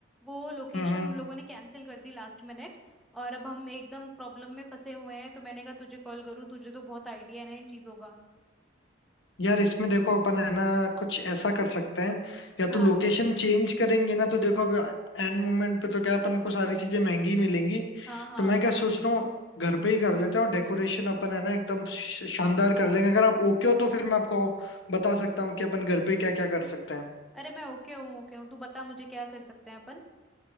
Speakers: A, in the centre; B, on the left.
A: वो लोकेशन
B: हम्म हम्म।
A: उन लोगों ने कैंसिल कर दी लास्ट मिनट और अब हम एकदम प्रॉब्लम में फंसे हुए हैं तो मैंने कहा तुझे कॉल करूँ तुझे तो बहुत आइडिया है ना इन चीज़ों का
B: यार इसमें देखो अपन है ना कुछ ऐसा कर सकते हैं या
A: हाँ
B: तो लोकेशन चेंज करेंगे ना तो देखो अभी एंड मोमेंट पे तो क्या अपन को सारी चीजें महंगी ही मिलेंगी
A: हाँ हाँ
B: तो मैं क्या सोच रहा हूँ घर पे ही कर लेते हैं और डेकोरेशन अपन है ना एकदम श- शानदार कर लेंगे अगर आप ओके हो तो फिर मैं आपको बता सकता हूँ कि अपन घर पे क्या क्या कर सकते हैं
A: अरे मैं ओके हूँ ओके हूँ तू बता मुझे क्या कर सकते हैं अपन